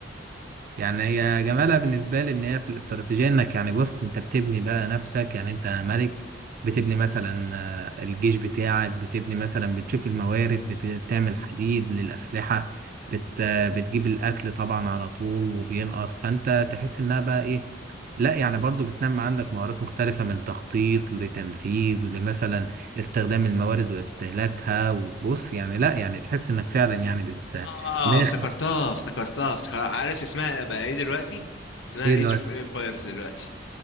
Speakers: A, on the right (about 50°); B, on the left (about 70°).
A: يعني هي جمالها بالنسبة لي إن هي في الاستراتيجية إنك يعني بص أنت بتبني بقى نفسك يعني أنت ملك بتبني مثلا آه، الجيش بتاعك بتبني مثلا بتشوف الموارد بت- بتعمل حديد للأسلحة بت آه، بتجيب الأكل طبعا على طول وبينقص فأنت تحس إنها بقى إيه لا يعني برضو بتنمي عندك مهارات مختلفة من تخطيط لتنفيذ لمثلا استخدام الموارد واستهلاكها وبص يعني لا يعني تحس إنك فعلا يعني بت
B: اه
A: داخل
B: افتكرتها افتكرتها افتكرتها عارف اسمها بقى ايه دلوقتي اسمها
A: إيه
B: ايج
A: الوقت
B: اوف امبايرز دلوقتي